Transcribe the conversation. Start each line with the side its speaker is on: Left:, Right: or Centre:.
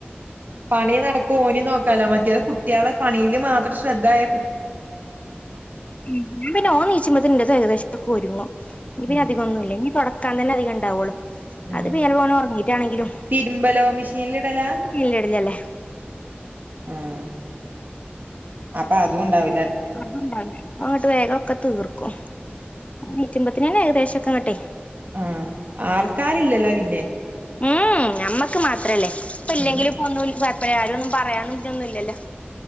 Right: പണിം നടക്കും ഓനെം നോക് കല മറ്റേത് കുട്ടിയാളെ പണിയില് മാത്രം ശ്രദ്ധ ആയ
Left: ഇൻ്റെന്നെ ഓൻ നീച്ച്മ്പത്തിന് ഇൻ്റെത് ഏകദേശം ഒക്കെ ഒരുങ്ങും ഇഞ്ഞ് പിന്നെ
Right: ഉം
Left: അധികമൊന്നുല്ല ഇഞ്ഞി തൊടക്കാൻ തന്നെ അധികം ഉണ്ടാവൊള്ളു
Right: ഉം
Left: അത് പിന്നെള്ളത് ഓൻ ഒറങ്ങീറ്റാണെങ്കിലും
Right: തിരുമ്പലോ മെഷീനിലിടലാ
Left: <unintelligible> ല്ല്യല്ലേ
Right: ആഹ് അപ്പ അതും ഉണ്ടാവു
Left: <unintelligible> അങ്ങട്ട് വേഗൊക്കെ തീർക്കും നീച്ച്മ്പോ ത്തിനന്നെ ഏകദേശൊക്കെ അങ്ങട്ടെ
Right: ആഹ് ആൾക്കാരില്ലല്ലോ പിന്നെ
Left: ഉം ഞമ്മക്ക് മാത്രല്ലേ ഇപ്പ ഇല്ലെങ്കിലി
Right: ഉം
Left: ഇപ്പൊ ഒന്നും കൊഴപ്പല്ല ആരും ഒന്നും പറയാനുതിനൊന്നുംല്ലല്ലോ